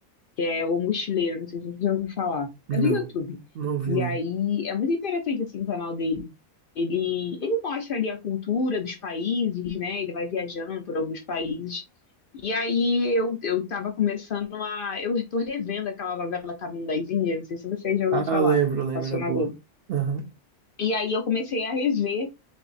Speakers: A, on the left; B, on the right.
A: que é O Mochileiro, não sei se você já ouviu falar.
B: Não,
A: É do YouTube.
B: não vi
A: E
B: não.
A: aí é muito interessante assim o canal dele. Ele, ele mostra ali a cultura dos países, né? Ele vai viajando por alguns países. E aí eu, eu tava começando a. Eu tô revendo aquela novela Caminho das Índias, não sei se você já ouviu
B: Ah,
A: falar,
B: lembro, lembro,
A: passou
B: era boa.
A: na Globo.
B: Aham,
A: E aí eu comecei a rever.